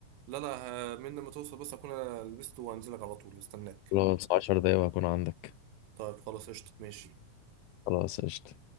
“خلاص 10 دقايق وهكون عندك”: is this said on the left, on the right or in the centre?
Left